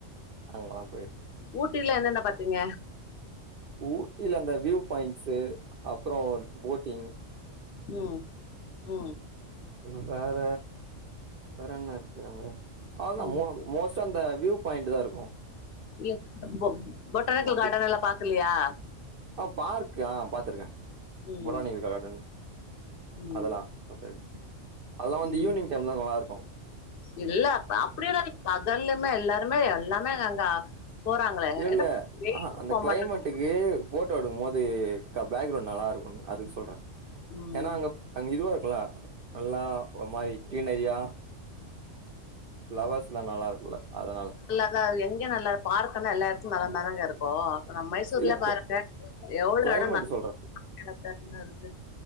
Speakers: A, on the right; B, on the left.
A: அங்கலா போயிருக்கே
B: ஊட்டில என்னென்ன பாத்தீங்க
A: ஊட்டில அந்த வியூ பாயிண்ட்ஸ்சு அப்புறோ போட்டிங்
B: உம் உம்
A: ம் வேற வேற என்ன இருக்கு அங்க அவ்ளோதா
B: ம்
A: மூ மோஸ்ட்டா அந்த வியூ பாயிண்ட்டு தா இருக்கோ
B: இல பொ பொட்டானிக்கல் கார்டன்
A: கிட்
B: எல்லா பாக்கலையா
A: ஆ பார்க்கு அ பாத்துருக்கே
B: ம்
A: பொட்டானிக்கல் கார்டன்
B: ம்
A: அதலா பாத்த அதலா வந்து
B: ம்
A: ஈவினிங் டைம் தா நல்லா இருக்கோ
B: இல்ல அப் அப்படிலா அதலமே எல்லாருமே எல்லாமே அங்க போறாங்களே
A: இல்ல
B: ஏன்னா
A: இல்ல
B: வெயிலுக்கு
A: ஆஹா அந்த
B: போ
A: கிளைமேட்டுக்கு
B: மாட்டாங்க
A: ஃபோட்டோ எடுக்கும் போது க பாக்கிரவுண்ட் நல்லா இருக்கனு அதுக்கு சொல்றே
B: ம்
A: ஏன்னா அங்க அங்க இதுவா இருக்கோல நல்லா ஒரு மாரி கிரீனரியா ஃப்ளவர்ஸ்லா நல்லா இருக்கோல அதனால
B: ல எங்கயோ நல்லாருக்கோ பார்க்கன்னா எல்லா எடத்துலயு நல்லாந்தாங்க இருக் கு இப்போ அப்ப நம் மைசூர்ல
A: இல்ல
B: பாருங்க எவ்ளோ
A: கிளைமேட்
B: எடோ நல் <unintelligible> இருக்கு